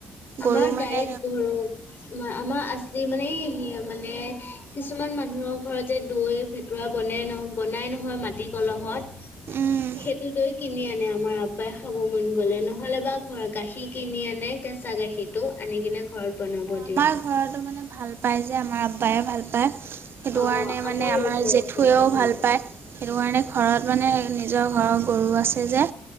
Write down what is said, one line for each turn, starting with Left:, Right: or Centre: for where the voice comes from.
Left: আমাৰ
Right: গৰু
Left: ডাৰিত
Right: মানে
Left: গৰু আমাৰ আছিল মানে, এই মানে কিছুমান মানুহৰ ঘৰতে যে দৈ ভেকুৱা বনে ন বনাই নহয় মাটি কলহত
Right: উম,
Left: সেইটো দৈ কিনি আনি মানে আমাৰ আব্বাই খাব মন গ'লে নহলে বা ঘৰ গাখীৰ কিনি আনে। পঁচা গাখীৰ টো আনি কিনে ঘৰত বনাব দিয়ে।
Right: আমাৰ ঘৰতো মানে ভাল পায় যে আমাৰ আব্বায়ে ভাল পায়। সেইটো
Left: অ',
Right: কাৰণে
Left: আমাৰো
Right: মানে আমাৰ
Left: ঘৰত
Right: জেঠুৱেও
Left: নিদিয়ে দৈটো।
Right: ভাল পায় সেইটো কাৰণে ঘৰত মানে নিজৰ ঘৰৰ গৰু আছে যে